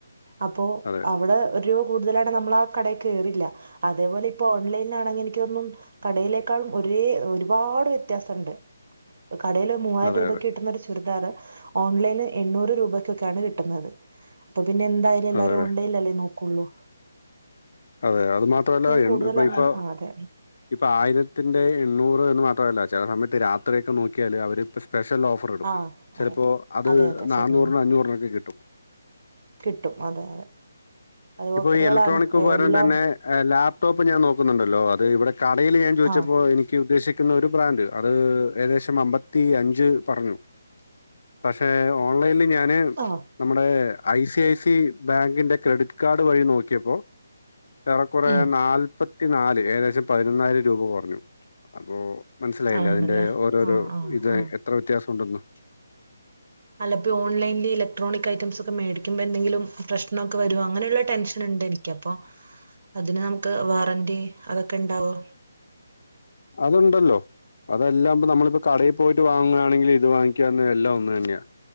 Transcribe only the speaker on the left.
അതെ
അതെ
അതെ
അതെ
അതെ
അതെ അത് മാത്രല്ല
ഇപ്പ
ഇപ്പൊ
ഇപ്പൊ ആയിരത്തിന്റെ എണ്ണൂറ് എന്ന് മാത്രമല്ല ചില സമയത്ത് രാത്രിയൊക്കെ നോക്കിയാൽ അവർപ്പോ സ്പെഷ്യൽ ഓഫർ ഇടും
ചിലപ്പോൾ
അത്
നന്നൂറിനും
അഞ്ഞൂറിനൊക്കെ കിട്ടും
ഇപ്പൊ
ഈ ഇലക്ട്രോണിക് ഉപകരണം
തന്നെ ലാപ്ടോപ്പ് ഞാൻ നോക്കുന്നുണ്ടല്ലോ അത് ഇവിടെ കടയിൽ ഞാൻ ചോദിച്ചപ്പോൾ
എനിക്ക് ഉദ്ദേശിക്ക ഒരു ബ്രാൻഡ് അത്‌ ഏകദേശം അമ്പത്തിയഞ്ചു പറഞ്ഞു പക്ഷെ ഓൺലൈനിൽ ഞാൻ അയിന്
നമ്മുടെ അരീഷ കെ സി ബാങ്കിന്റെ ക്രെഡിറ്റ് കാർഡ് വഴി നോക്കിയപ്പോ ഏറെക്കുറെ
നാല്പത്തി എ നാല് ഏകദേശം പതിനൊന്നായിരം രൂപ കുറഞ്ഞു അപ്പോ മനസ്സിലായില്ല
അതിന്റെ ഓരോരോ
ഇത്
എത്ര വ്യത്യാസം ഉണ്ടെന്നോ
അതുണ്ടല്ലോ അതെല്ലാം ഇപ്പ നമ്മളിപ്പോ കടയിൽ പോയിട്ട് വാങ്ങുകയാണെങ്കിലിൽ ഇത് വാങ്ങിക്കുകന്ന് എല്ലാം ഒന്ന് തന്നെയാ